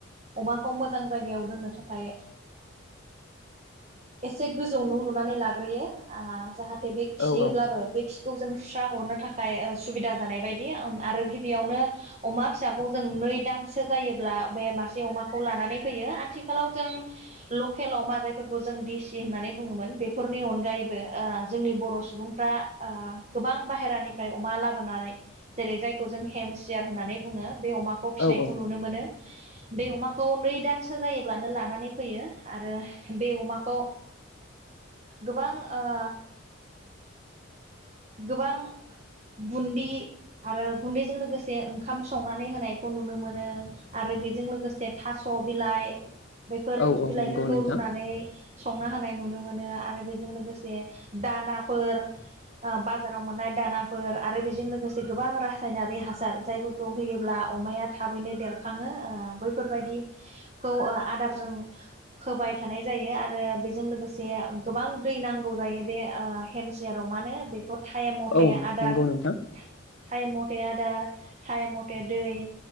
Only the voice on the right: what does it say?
अमाखौ मोजां जायगायाव दोननो थाखाय एसे गोजौ न लुनानै लाग्रोयो जाहाथे बे खियोब्लाबो
बे खि खौ जों सुस्रा हरनो थाखाय सुबिदा जानाय बायदि आरो गिबियावनो अमा फिसाखौ जों नै दानसो जायोब्ला बे मासे अमाखौ लानानै फैयो आथिखालाव जों लकेल अमा जायफोरखौ जों दिसि होननानै बुङोमोन बेफोरनि अनगायैबो जोंनि बर सुबुंफ्रा गोबां बाहेरानिफ्राय अमा लाबोनानै जेरै जायखौ जों हेमसियार होननानै बुंङो बे अमाखौ फिसिनायखौ
नुनो मोनो बे अमाखौ नै दानसो जायोब्लानो लानानै फैयो आरो बे अमाखौ गोबां ओ गोबां बुन्दि आरो गुन्दैजों लोगोसे ओंखाम संनानै होनायखौ नुनो मोनो आरो बेजों लोगोसे थास बिलाइ बेफोर
बिलाइफोरखौ
रुनानै संना होनाय नुनो मोनो आरो बेजों लोगोसे दानाफोर बाजाराव मोननाय दानाफोर आरो बेजों लोगोसे गोबां रासायनारि हासार जायफोरखौ होयोब्ला अमाया थाबैनो देरखाङो बैफोरबायदिखौ आदारजों होबाय थानाय जायो आरो बेजों लोगोसे गोबां दै नांगौ जायो बे हेमसियार अमानो बे टाइम मथे
आदार
टाइ
टाइम मथे आं आदार टाइम मथे दै